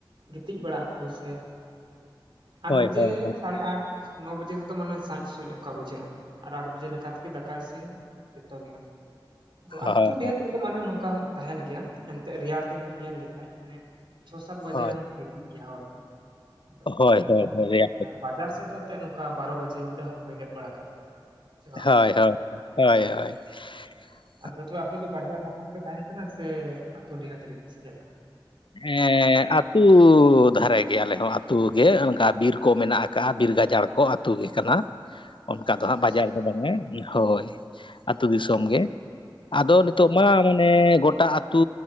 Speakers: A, on the right; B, on the left.
A: ᱜᱤᱛᱤᱡ ᱵᱟᱲᱟᱜ ᱟᱠᱚ ᱥᱮ ᱾
B: ᱦᱳᱭ
A: ᱟᱴ ᱵᱟᱡᱮ
B: ᱦᱳᱭ
A: ᱥᱟᱲᱮ ᱟᱴ ᱱᱚ ᱵᱟᱡᱮ ᱛᱮᱛᱚ ᱢᱟᱱᱮ ᱥᱟᱡ ᱥᱩᱡ᱾ ᱱᱚᱱᱠᱟ ᱵᱩᱡᱷᱟᱹᱜᱼᱟ ᱟᱨ ᱟᱴ ᱵᱟᱡᱮ ᱞᱮᱠᱟ ᱛᱮᱜᱮ ᱫᱟᱠᱟ ᱤᱥᱤᱱ ᱡᱚᱛᱚ ᱜᱮ ᱦᱟᱸᱜ ᱾ ᱛᱚ
B: ᱦᱳᱭ
A: ᱟᱹᱛᱩ ᱰᱤᱦᱟᱛ ᱨᱮᱫᱚ ᱢᱟᱱᱮ ᱱᱚᱝᱠᱟ ᱦᱩᱭᱩᱜ ᱾ ᱛᱟᱦᱮᱱ ᱜᱮᱭᱟ ᱮᱱᱛᱜ ᱨᱮᱭᱟᱲ ᱫᱤᱱ ᱦᱮᱢ ᱧᱮᱞ ᱞᱮᱠᱷᱟᱡ ᱢᱟᱱᱮ ᱪᱷᱚ ᱥᱟᱛ ᱵᱟᱡᱮ
B: ᱦᱳᱭ
A: ᱨᱮᱦᱚᱸ ᱠᱚ ᱜᱤᱛᱤᱡ ᱾ ᱤᱡ ᱜᱮᱭᱟ ᱦᱚᱲ ᱠᱚ ᱟ
B: ᱦᱳᱭ
A: ᱚᱱᱮ
B: ᱦᱳᱭ
A: ᱚᱱᱠᱟᱜ
B: ᱦᱳᱭ ᱦᱳᱭ
A: ᱟᱨ ᱵᱟᱡᱟᱨ ᱥᱮᱫ ᱫᱚ ᱮᱱᱮᱫ ᱱᱚᱝᱠᱟ ᱵᱟᱨᱚ ᱵᱟᱡᱮ ᱧᱤᱫᱟᱹ ᱦᱚᱸᱠᱚ ᱵᱮᱸᱜᱮᱫ ᱵᱟᱲᱟ ᱠᱟᱜᱼᱟ᱾ ᱥᱮ ᱵᱟᱝ
B: ᱦᱳᱭ ᱦᱳᱭ ᱦᱳᱭ ᱦᱳᱭ ᱾
A: ᱟᱫᱚ ᱛᱚᱵᱮ ᱟᱯᱮ ᱫᱚ ᱵᱟᱡᱟᱨ ᱱᱟᱠᱟᱨ ᱨᱮᱯᱮ ᱛᱟᱦᱮᱱ ᱠᱟᱱᱟ ᱥᱮ ᱟᱹᱛᱩ ᱰᱤᱦᱟᱹᱛ ᱨᱮᱜᱮ ᱥᱮ ᱪᱮᱫ ᱞᱮᱠᱟ?
B: ᱮᱸ ᱟᱹᱛᱩᱳ ᱫᱷᱟᱨᱮ ᱜᱮ ᱟᱞᱮ ᱦᱚᱸ ᱟᱹᱛᱩᱳ ᱜᱮ ᱚᱱᱠᱟ ᱵᱤᱨ ᱠᱚ ᱢᱮᱱᱟᱜ ᱟᱠᱟᱟᱜᱼᱟ ᱵᱤᱨ ᱜᱟᱡᱟᱲ ᱠᱚ᱾ ᱠᱚ ᱟᱹᱛᱩ ᱜᱮ ᱠᱟᱱᱟ᱾
A: <inaudible>
B: ᱚᱱᱠᱟ ᱫᱚ ᱦᱟᱸᱜ
A: ᱟᱪᱪᱷᱟ
B: ᱵᱟᱡᱟᱨ ᱨᱮ ᱫᱚ ᱵᱟᱝᱟ ᱦᱳᱭ᱾ ᱟᱛᱩ ᱫᱤᱥᱚᱢ
A: ᱟᱪᱪᱷᱟ
B: ᱜᱮ ᱟᱫᱚ ᱱᱤᱛᱚᱜ
A: ᱦᱩᱸ
B: ᱢᱟ ᱮ ᱜᱚᱴᱟ ᱟᱹᱛᱩ